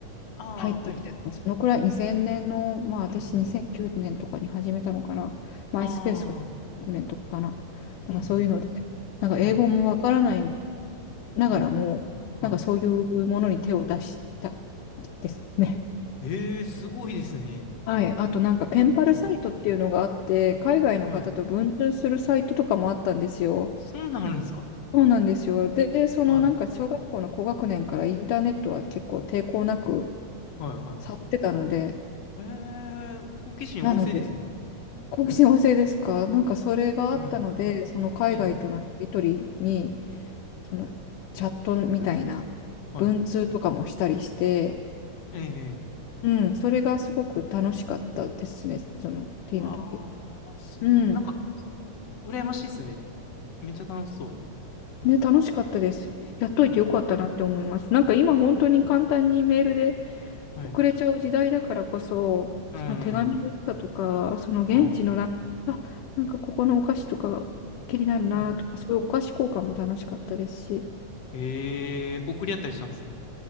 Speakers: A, on the left (about 60°); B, on the left (about 80°).
A: ああ、
B: 入ってきたのが、
A: はい。
B: そのくらい2000年の、まあ私2009年とかに始めたのかなマイスペースが2006年とかかな。
A: うん、うん。ああ、
B: なんかそういうので、
A: うん、うん。
B: なんか英語もわからない
A: はい。
B: ながらも、
A: うん。はい。
B: なんかそういうものに手を出したですね。
A: ええ、すごいですね。
B: はい。あとなんかペンパルサイトっていうのがあって、
A: すごいですね。
B: 海外の方と文通するサイトとかもあったんですよ。
A: はい。そんなんあるんですか
B: そうなんですよ。で、そのなんか小学校の高学年からインターネットは結構抵抗なく
A: はい。はい、は
B: 触ってたので、
A: い。へえ、好奇心旺盛ですね。
B: なので、好奇心旺盛ですかなんかそれがあったので、
A: はい。
B: その海外とのやり取りに、
A: ええ。
B: そのチャットみたいな文通とかもしたりして、
A: はい。ええ。
B: うん、それがすごく楽しかったですね、その T
A: うわあ、
B: の時。
A: そ、
B: うん。
A: なんか、羨ましいですね。めっちゃ楽しそ
B: ね、楽しかったです。やっといてよかったなって思います。
A: う。はい。
B: なんか今本当に簡単にメールで
A: はい。
B: 送れちゃう時代だからこそ、
A: うん、
B: その手紙の良さとか、
A: うん、
B: その現地のなんか、
A: うん、うん。
B: あ、なんかここのお菓子とかが気になるなとか、
A: はい。
B: そういうお菓子交換も楽しかったですし。
A: へえ、送り合ったりしたんですね。